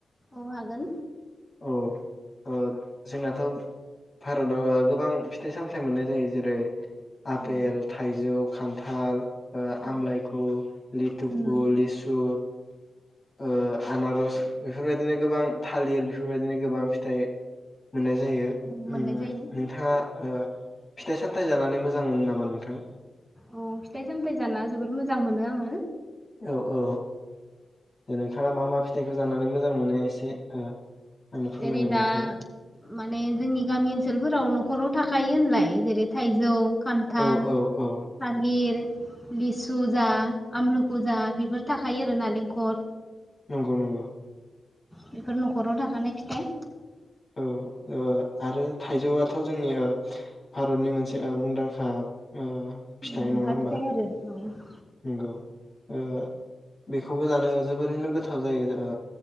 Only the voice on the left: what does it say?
औ, ओ जोंनाथ भारताव ओ गोबां फिथाइ सामथाइ मोननाय जायो जेरै <unintelligible> आपेल
थाइजौ खान्थाल, ओ
आमलाय गु, लिथु
गु, लिसु ओ आनारस बेफोरबायदिनो गोबां थालिर बेफोरबायदिनो गोबां फिथाइ मोननाय जायो
ओम
नोंथाङा ओ फिथाइ सामथाइ जानानै मोजां मोनो नामा नोंथां?
औ, औ दे नोंथाङा मा मा फिथाइखौ जानानै मोजां मोनो? एसे ओ आंनो फोरमायनो
नोंथां
औ औ औ
नंगौ, नंगौ।
औ, ओ आरो थाइजौआथ' जोंनि ओ भारतनि मोनसे ओ मुंदांखा ओ फिथाइ
नङा होमबा
नंगौ ओ बेखौबो जानो जोबोरैनो गोथाव जायो ओ